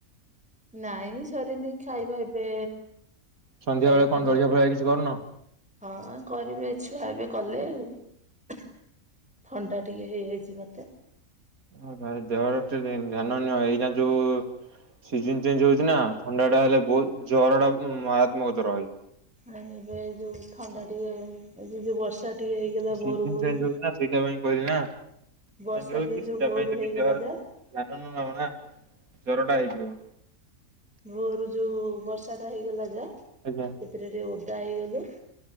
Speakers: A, in the centre; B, on the right.
A: ନାଇଁ ସରିନି ଖାଇବା ଏବେ
B: ସନ୍ଧ୍ୟା
A: ଜଳି
B: ବେଳେ କଣ
A: ଖିଆଳି
B: ଜଳଖିଆ ଫଳିଆ କିଛି କରୁନ?
A: ହଁ କରିବେ ଛୁଆ ଏବେ କଲେ ଆଉ ଥଣ୍ଡା ଟିକେ ହେଇଯାଇଛି ମତେ।
B: ହ ଭାଇ ଦେହର ଟିକେ ଧ୍ୟାନ ନିଅ ଏଇଟା ଯୋଉ ସିଜିନ ଚେଞ୍ଜ ହଉଛି ନା ଥଣ୍ଡା ଟା ହେଲେ ବହୁତ ଜର ଟା ମାରତ୍ମକତ ରହିଯିବ।
A: ଆ ଏବେ ଏଇ ଯୋଉ ଥଣ୍ଡା ଟିକେ ଏଇ ଯୋଉ ବର୍ଷା ଟିକେ ହେଇଗଲା
B: ସିଜିନ
A: ଭୋରୁ ଭୋରୁ
B: ଚେଞ୍ଜ ହେଉଛି ନା ସେଇଟା ପାଇଁ କହିଲେ ନା।
A: ବର୍ଷା
B: ଞ ହଉଛି
A: ଟିକେ ଯୋଉ
B: ସେଟା
A: ଭୋରୁ
B: ପାଇଁ ଯଦି
A: ହେଇଗଲା
B: ଜର
A: ଯା
B: ଧ୍ୟନ ନ ନବ ନା ଜର ଟା ହେଇଯିବ।
A: ଭୋରୁ ଯୋଉ ବର୍ଷା ଟା ହେଇଗଲା ଯା।
B: ଆଜ୍ଞା।
A: ସେଥିରେ ଟିକେ ଓଦା ହେଇଗଲୁ,